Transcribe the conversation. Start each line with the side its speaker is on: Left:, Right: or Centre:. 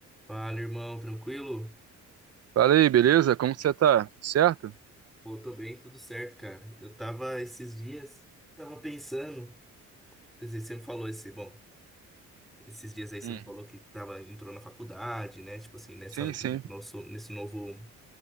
Centre: Fala, irmão, tranquilo?
Right: Fala aí, beleza? Como que você tá? Tudo Certo?
Centre: Pô, tô bem, tudo certo, cara. Eu tava esses dias, tava pensando, pensei, você me falou esse, bom, esses dias aí você
Right: Hum.
Centre: me falou que tava, entrou na faculdade, né? Tipo assim, nessa,
Right: Sim, sim.
Centre: nosso, nesse novo,